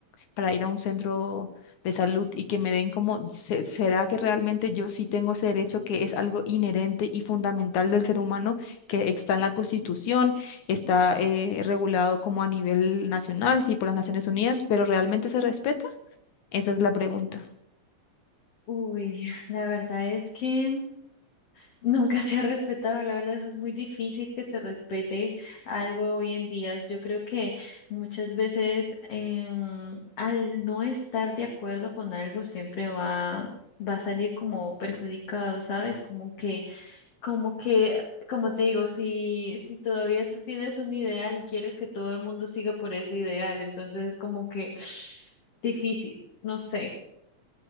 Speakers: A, on the left; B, on the left.
A: para ir a un centro de salud y que me den como, se- ¿será que realmente yo sí tengo ese derecho que es algo inherente y fundamental del ser humano, que está en la Constitución, está eh, regulado como a nivel nacional, sí, por las Naciones Unidas, pero realmente se respeta? Esa es la pregunta.
B: Uy, la verdad es que Nunca se ha respetado, la verdad, eso es muy difícil que se respete algo hoy en día. Yo creo que muchas veces em, al no estar de acuerdo con algo siempre va, va a salir como perjudicado, ¿sabes? Como que, como que, como te digo, si, si todavía tú tienes un ideal, quieres que todo el mundo siga por ese ideal, entonces es como que <sniffs> difícil, no sé,